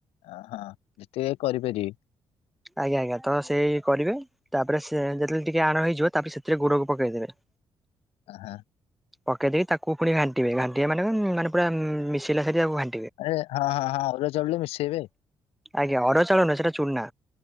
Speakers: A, on the left; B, in the centre.
A: ଅ ହଁ ଯେତେ କରିପାରିବି।
B: ଆଜ୍ଞା ଆଜ୍ଞା ତ ସେଇ କରିବେ ତାପରେ ସେ ଯେତେବେଳେ ଟିକେ ଆଣ ହେଇଯିବ ତାପରେ ସେଥିରେ ଗୋଡକୁ ପକେଇଦେବେ।
A: ଅ ହଁ,
B: ପକେଇ ଦେଇକି ତାକୁ ପୁଣି ଘାଣ୍ଟିବେ ଘାଣ୍ଟିବେ ମାନେ ମାନେ ପୁରା ମିଶିଲା ସାରି ତାକୁ ଘାଣ୍ଟି
A: ଆରେ ହଁ ହଁ ହଁ ଅରୁଆ ଚାଉଳ ବି ମିଶେଇବେ।
B: ଆଜ୍ଞା ଅରୁଆ ଚାଉଳ ନୁହେଁ ସେଟା ଚୁନା